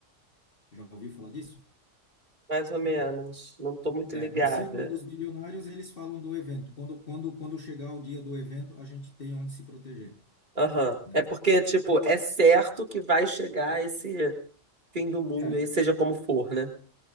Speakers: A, on the left (about 45°); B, on the right (about 40°).
A: Já ouviu falar disso?
B: Mais ou menos. Não tô muito
A: É,
B: ligada.
A: no círculo dos bilionários, eles falam do evento. Quando, quando, quando chegar o dia do evento, a gente tem onde se proteger,
B: Aham.
A: né?
B: É porque, tipo, é certo que vai chegar esse fim do mundo
A: É,
B: aí, seja como for, né?